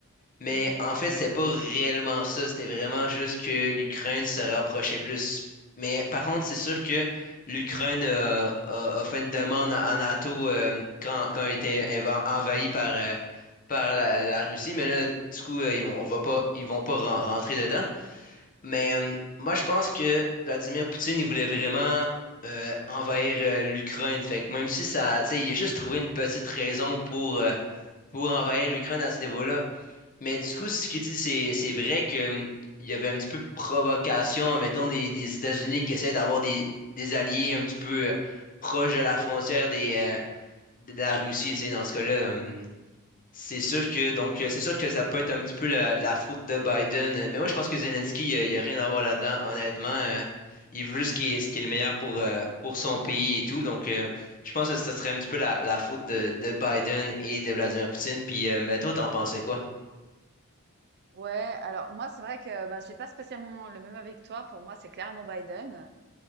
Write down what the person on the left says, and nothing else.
Mais
en fait, c'était pas réellement ça. C'était vraiment juste que l'Ukraine se rapprochait plus. Mais par contre, c'est sûr que l'Ukraine euh, a, a fait une demande à NATO euh, quand, quand elle était enva- envahie par, euh, par la, la Russie. Mais là, du coup, euh, ils vont, on va pas, ils vont pas ren- rentrer dedans. Mais euh, moi, je pense que Vladimir Poutine, il voulait vraiment euh, envahir euh, l'Ukraine. Fait que même si ça, tu sais, il a juste trouvé une petite raison pour, euh, pour envahir l'Ukraine à ce niveau-là. Mais du coup, ce qu'il dit, c'est, c'est vrai que, hum, il y avait un petit peu de provocation, mettons, des, des États-Unis qui essaient d'avoir des, des alliés un petit peu euh, proches de la frontière des, euh, de la Russie, tu sais, dans ce cas-là. euh, c'est sûr que donc euh, c'est sûr que ça peut être un petit peu la, la faute de Biden, euh, mais moi je pense que Zelensky, euh, il n'y a rien à voir là-dedans, honnêtement. euh, il veut juste ce qui est, ce qui est le meilleur pour, euh, pour son pays et tout. Donc euh, je pense que ça serait un petit peu la, la faute de, de Biden et de Vladimir Poutine. Puis euh, mais toi, t'en pensais quoi?